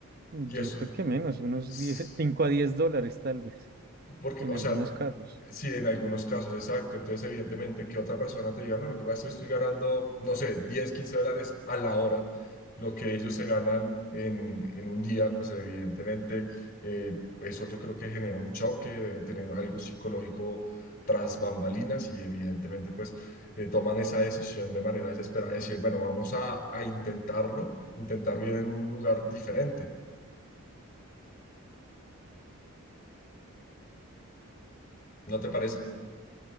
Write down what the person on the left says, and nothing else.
Y eso
es
porque,
o
sea,
sí, en algunos casos, exacto. Entonces, evidentemente, que otra persona te diga, no, lo que pasa es que yo estoy ganando, no sé, 10 15 dólares a la hora, lo que ellos se ganan en, en un día, pues evidentemente, eh, eso yo creo que genera un choque, debe tener algo psicológico tras bambalinas y evidentemente, pues, eh, toman esa decisión de manera desesperada, de decir, bueno, vamos a, a intentarlo, intentar vivir en un lugar diferente. ¿No te parece?